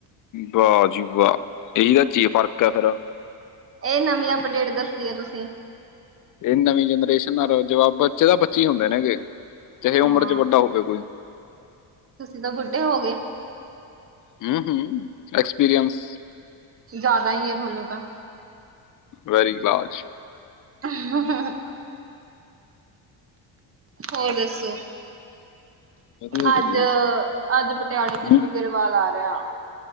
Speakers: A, on the left; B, on the right.
A: ਵਾਹ ਜੀ ਵਾਹ, ਇਹੀ ਤਾਂ ਚੀ ਫ਼ਰਕ ਐ ਫਿਰ
B: ਇਹ ਨਵੀ, ਅਪਡੇਟ ਦਸੀ ਐ, ਤੁਸੀ
A: ਏ, ਨਵੀਂ ਜਨਰੇਸ਼ਨ ਨਾਲੋ ਜਵਾਬ, ਬੱਚੇ ਤਾਂ ਬੱਚੇ ਹੁੰਦੇ ਨੇਗੇ, ਚਾਹੇ
B: ਹਾਂ
A: ਉਮਰ 'ਚ ਵੱਡਾ ਹੋਵੇ ਕੋਈ
B: ਤੁਸੀਂ, ਤਾਂ ਬੁੱਢੇ ਹੋਗੇ
A: ਹੂੰ-ਹੂੰ, ਐਕਸਪੀਰੀਅਨਸ
B: ਜਿਆਦਾ, ਈ, ਐ, ਤੁਹਾਨੂੰ ਤਾਂ
A: ਵੈਰੀ, ਲਾਜ਼
B: <inaudible> ਹੋਰ, ਦੱਸੋ?
A: ਵਧੀਆ
B: ਅੱਜ-ਅੱਜ,
A: ਵਧੀਆ
B: ਪਟਿਆਲੇ ਗਿਪੀ
A: ਹੂੰ,
B: ਗਰੇਵਾਲ ਆ ਰਿਆ।